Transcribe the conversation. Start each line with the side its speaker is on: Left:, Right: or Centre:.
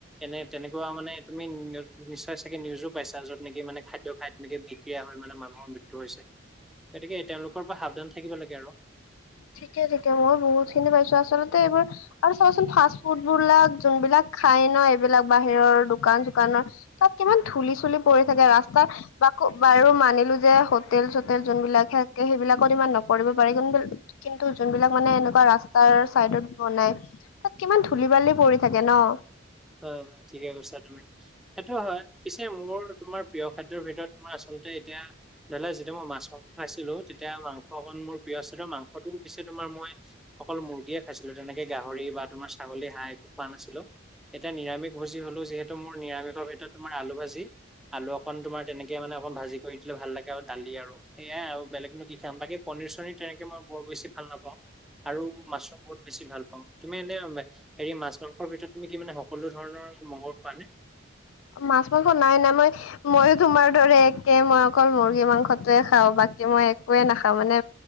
Centre: এনে তেনেকুৱা মানে তুমি নিশ্চয় চাগে নিউজো পাইছা, য'ত নেকি মানে খাদ্য খাই তেনেকে বিক্ৰা হ'য় মানে মানুৰ ম হৈছে, গতিকে তেওঁলোকৰ পৰা সাৱধান থাকিব লাগে আৰু।
Left: ঠিকে ঠিকে, মই বহুত খিনি পাইছো আচলতে এইবোৰ আৰু চাবাচোন, ফাষ্ট ফুডবলাক যোনবিলাক খাই ন এইবিলাক বাহিৰৰ দোকান চোকানৰ তাত কিমান ধূলি চুলি পৰি থাকে ৰাস্তাৰ বা বাৰু মানিলো যে, হোটেল চোটেল যোনবিলাক থাকে, সেইবিলাকত ইমান নপৰিব পাৰে কিন্তু কিন্তু যোনবিলাক মানে এনেকুৱা ৰাস্তাৰ চাইডত বনাই। তাত কিমান ধূলি বালি পৰি থাকে ন।
Centre: হয় হয় ঠিকে কৈছা তুমি, সেইটো হয়, পিছে মোৰ তোমাৰ প্ৰিয় খাদ্যৰ ভিতৰত তোমাৰ আচলতে এতিয়া, ধৰি লোৱা যেতিয়া মই মাছ মাংস খাইছিলো তেতিয়া মাংস অকন মোৰ প্ৰিয় আছিলে, মাংসটোও উ দিছে তোমাৰ মই অকল মুৰ্গীয়ে খাইছিলো, তেনেকে গাহৰি বা তোমাৰ ছাগলী হাঁহ একো খোৱা নাছিলো। এটা নিৰামিষ ভোজি হলো যিহেতু মোৰ নিৰামিষৰ ভিতৰত তোমাৰ আলু ভাজি আলু অকণ তোমাৰ তেনেকে মানে অকণ ভাজি কৰি দিলে ভাল লাগে, আৰু দালি আৰু সেয়াই আৰু বেলেগনো কি খাম বাকি পনীৰ চনীৰ তেনেকে মই বৰ বেছি ভাল নাপাওঁ। আৰু মাছটো বহুত বেছি ভাল পাওঁ, তুমি এনে হেৰি মাছ মাংসৰ ভিতৰত তুমি কি মানে সকলো ধৰণৰ <unintelligible> খোৱা নে?
Left: মাছ মাংস নাই নাই, মই মইো তোমাৰ দৰে একে মই অকল মুৰ্গী মাংসটোৱে খাওঁ, বাকী মই একোৱে নাখাওঁ, মানে